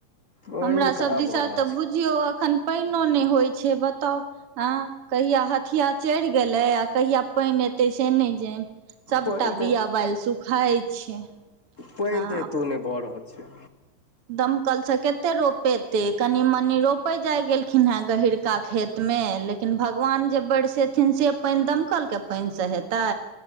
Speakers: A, on the left; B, on the right.
A: पानि
B: हमरा सब
A: कहाँ
B: दिशा
A: भऽ रहल
B: तऽ
A: छै
B: बुझियौ अखन पैनो नहि होइ छै छ बताउ आँ कहिया हथिया चढ़ि गेलै आ कहिया पैन एते से नैय जे सभटा
A: पानि
B: बिया बैल सुखाइत छै
A: पैन
B: हँ
A: तऽ एतो न भऽ रहल छै
B: दम कलसँते रोप पेते कनि मनी रोपे जाय गेलखिन हेँ गहिीरका खेत मे लेकिन लेकिन भगवान जे बढ़सेथिन से पैन दमकलके पानिसँ हेतै